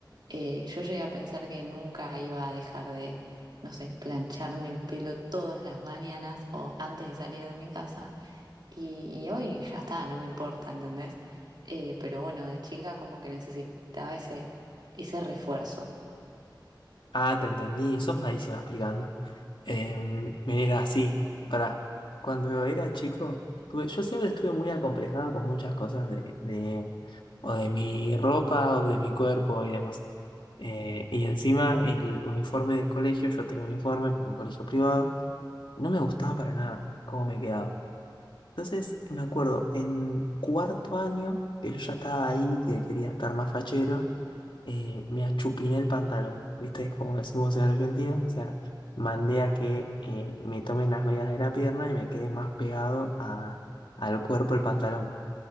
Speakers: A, on the right; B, on the left.
A: Eh, yo llegué a pensar que nunca iba a dejar de, no sé, plancharme el pelo todas las mañanas o antes de salir de mi casa y, y hoy ya está, no me importa, ¿entendés? Eh, pero bueno, de chica como que necesitaba ese, ese refuerzo.
B: Ah, te entendí, sos malísima explicando. Em, mira, sí, para cuando era chico, tuve- yo siempre estuve muy acomplejado con muchas cosas de, de- o de mi ropa o de mi cuerpo y demás. Eh, y encima el uniforme del colegio, yo tengo uniforme, porque es un colegio privado, no me gustaba para nada cómo me quedaba. Entonces, me acuerdo, en cuarto año, que yo ya estaba ahí, que quería estar más fachero, eh, me achupiné el pantalón, ¿viste? Como decimos en Argentina, o sea, mandé a que eh, me tomen las medidas de la pierna y me quedé más pegado a- al cuerpo el pantalón.